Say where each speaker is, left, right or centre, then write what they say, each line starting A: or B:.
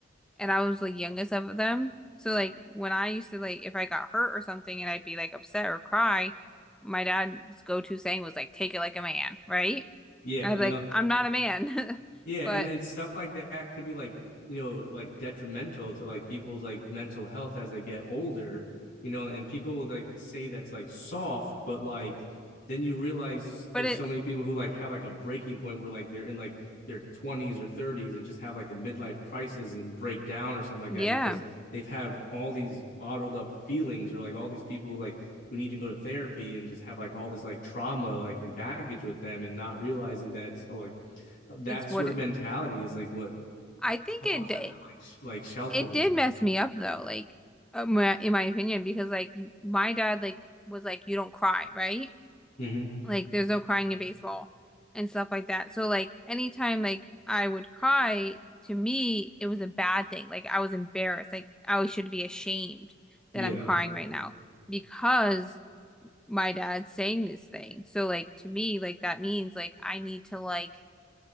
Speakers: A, in the centre; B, on the left.
A: and I was like youngest of them. So like when I used to like if I got hurt or something and I'd be like upset or cry, my dad's go-to saying was like take it like a man, right?
B: Yeah,
A: And I'd
B: you
A: be
B: know,
A: like I'm not a man. <laughs>
B: Yeah, and
A: But
B: and stuff like that could be like, you know, like detrimental to like people's like mental health as they get older, you know, and people will like say that's like soft, but like then you realize there's
A: but it
B: so many people who like have like a breaking point where like they're in like their 20s or 30s and just have like a midlife crisis and break down or something like
A: yeah,
B: that because they've had all these bottled up feelings or like all these people like who need to go to therapy and just have like all this like trauma like and baggage with them and not realizing that it's oh, like that
A: it's
B: sort
A: what
B: of
A: it
B: mentality is like what
A: I think
B: caused
A: it d-
B: them to like sh- like shelter
A: it
B: themselves.
A: did mess me up though, like uh, my- in my opinion because like my dad like was like you don't cry, right?
B: hmm
A: Like there's no crying in baseball and stuff like that. So like anytime like I would cry, to me it was a bad thing. Like I was embarrassed. Like I should be ashamed
B: Yeah,
A: that I'm crying right now because my dad's saying this thing. So like to me like that means like I need to like